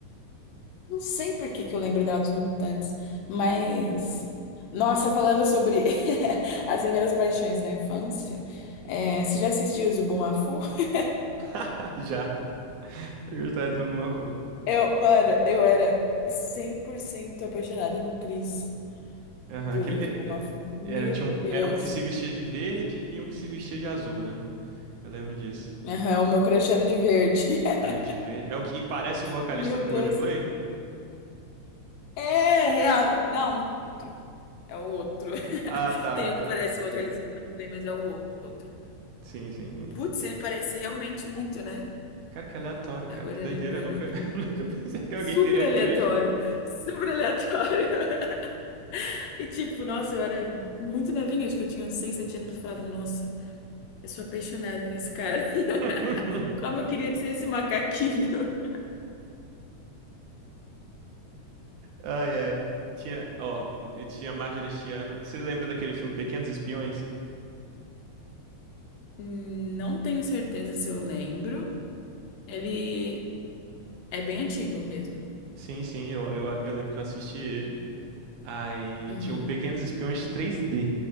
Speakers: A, on the left; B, on the right.
A: Não sei por que que eu lembro dela dos Mutantes, mas... Nossa, falando sobre <laughs> as primeiras paixões da infância, é, você já assistiu o Zubumafu? <laughs>
B: <laughs> Já. Eu gostava de Zubumafu.
A: Eu, mano, eu era 100% apaixonada no Chris.
B: Aham.
A: Deus,
B: aquele- é-
A: o Bumafu.
B: é-
A: Meu
B: Era, tinha um,
A: Deus.
B: era um que se vestia de verde e um que se vestia de azul, né? Eu lembro disso.
A: Aham, o meu crush era de verde. <laughs>
B: Era o de verde. É o que parece o vocalista
A: Meu
B: do
A: Deus.
B: Coldplay?
A: É real. Não, não é outro. É o outro. <laughs>
B: Ah, tá,
A: Tem
B: tá.
A: o que parece o outro, ele é de play, mas é o outro.
B: Sim, sim.
A: Putz, ele parece realmente muito, né?
B: Cara, que aleatório,
A: Agora
B: cara. Que doideira.
A: lembrando
B: Eu nunca,
A: aqui.
B: <laughs> nunca pensei que alguém
A: Super
B: teria
A: aleatório.
B: crush.
A: Super aleatório. <laughs> E tipo, nossa, eu era muito novinha, acho que eu tinha uns 6, 7 anos, eu falava, nossa, eu sou apaixonada nesse cara. <laughs>
B: <laughs>
A: Como eu queria ser esse macaquinho. <laughs>
B: Ai, ai. Tinha, ó, eu tinha Marjorie Este Ano. Você lembra daquele filme Pequenos Espiões?
A: Hum, Não tenho certeza se eu lembro. Ele é bem antigo mesmo.
B: Sim, sim, eu, eu, eu lembro que eu assisti ele. Aí
A: Uhum.
B: tinham pequenos espiões 3D.